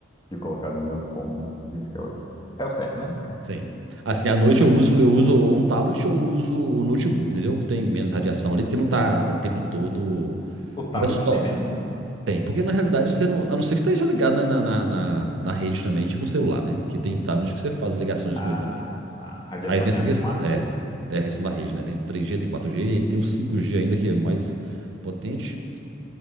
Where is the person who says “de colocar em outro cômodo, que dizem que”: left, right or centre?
Left